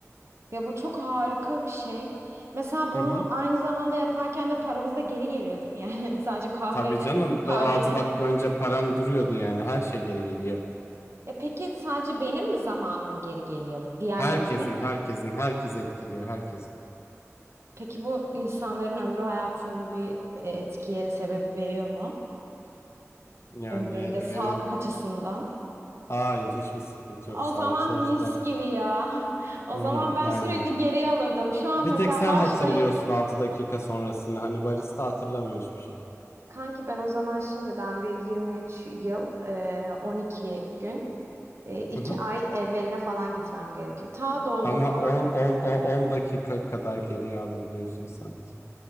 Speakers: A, on the right; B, on the left.
A: Ya bu çok harika bir şey. Mesela bunu
B: Hı hı.
A: aynı zamanda yaparken de paramız da geri geliyor değil mi? Yani <laughs> sadece kahve
B: Tabii canım
A: kahve
B: 6
A: değil.
B: dakika önce paran duruyordu yani her şey geri geliyor.
A: E peki sadece benim mi zamanım geri geliyor? Diğerlerine?
B: Herkesin herkesin herkes etkiliyor herkesin.
A: Peki bu insanların ömrü hayatında bir e, etkiye sebep veriyor mu?
B: Yani
A: Ömründe sağlık
B: veri
A: açısından.
B: hayır hiçbir sıkıntı yok
A: O
B: sağlıksal
A: zaman mis
B: açıdan.
A: gibi ya. <laughs> O
B: Hı
A: zaman
B: hı,
A: ben
B: aynen.
A: sürekli geriye alırdım. Şu an
B: Bir
A: mesela
B: tek sen
A: başlayıp
B: hatırlıyorsun 6 dakika sonrasını hani barista hatırlamıyor hiçbir şey.
A: kanki ben o zaman şimdiden bir 23 yıl e, 12 gün E, iki
B: Hı hı.
A: ay evveline falan gitmem gerekiyor. Ta doğduğum
B: Ama
A: an
B: 10 10 10 dakika kadar geriye alabiliyorsun sadece.